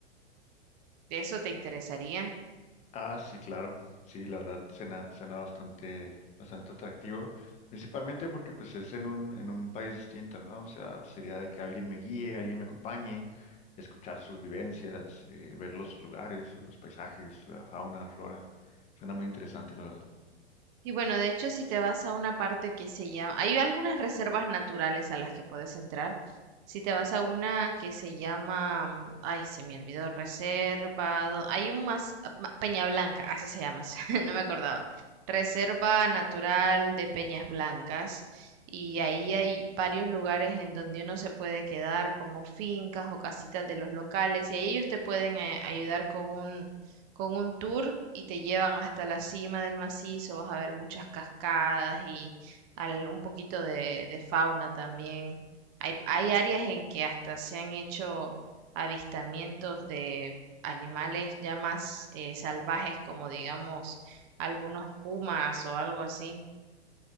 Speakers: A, on the right; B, on the left.
A: ¿De eso te interesaría?
B: Ah, sí, claro. Sí, la verdad suena, suena bastante, bastante atractivo. Principalmente porque pues es en un, en un país distinto, ¿no? O sea, sería de que alguien me guíe, alguien me acompañe, escuchar sus vivencias, eh, ver los lugares, los paisajes, la fauna, la flora. Suena muy interesante, la verdad.
A: Y bueno, de hecho, si te vas a una parte que se llama, hay algunas reservas naturales a las que puedes entrar. Si te vas a una que se llama, mm, ay, se me olvidó, reservado, hay un más, ah, ma- Peña Blanca, así se llama, <laughs> no me acordaba. Reserva Natural de Peñas Blancas. Y ahí hay varios lugares en donde uno se puede quedar, como fincas o casitas de los locales, y ahí ellos te pueden eh, ayudar con un con un tour y te llevan hasta la cima del macizo, vas a ver muchas cascadas y al- un poquito de, de fauna también. Hay, hay áreas en que hasta se han hecho avistamientos de animales ya más eh, salvajes, como digamos algunos pumas o algo así.